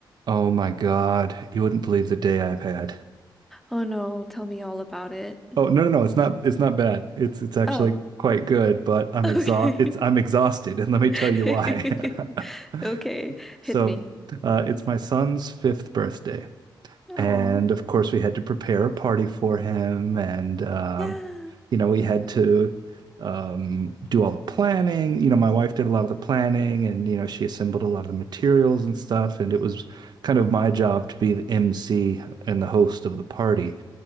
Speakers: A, on the right; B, in the centre.
A: Oh my God. You wouldn't believe the day I've had.
B: Oh no, tell me all about it.
A: Oh, no, no, no. It's not it's not bad. It's it's actually
B: Oh,
A: quite good, but I'm
B: okay.
A: exhaust it's I'm exhausted, and let me
B: <laughs>
A: tell you why. <laughs>
B: Okay,
A: So,
B: hit me.
A: uh, it's my son's fifth birthday.
B: Oh,
A: And of course, we had to prepare a party for him and uh,
B: yeah.
A: you know, we had to um, do all the planning. You know, my wife did a lot of the planning and, you know, she assembled a lot of the materials and stuff. And it was kind of my job to be the MC and the host of the party.